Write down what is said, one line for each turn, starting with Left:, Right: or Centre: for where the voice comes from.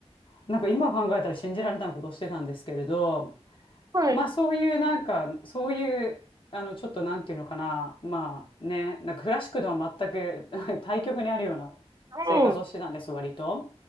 Left: なんか今考えたら信じられないことしてたんですけれど、
Right: はい。
Left: まあそういうなんか、そういう、あの、ちょっとなんていうのかな、まあね、なんかクラシックとは全く <laughs> 対極にあるような生活をしてたんです、
Right: うん。
Left: 割と。